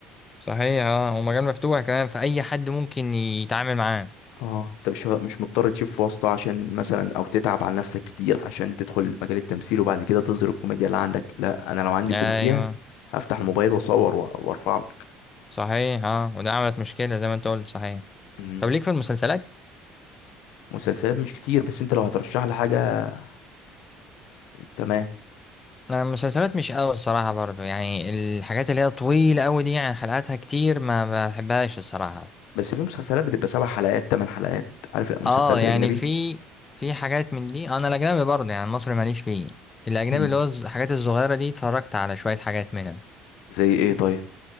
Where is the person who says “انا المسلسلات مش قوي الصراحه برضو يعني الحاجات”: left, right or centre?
Left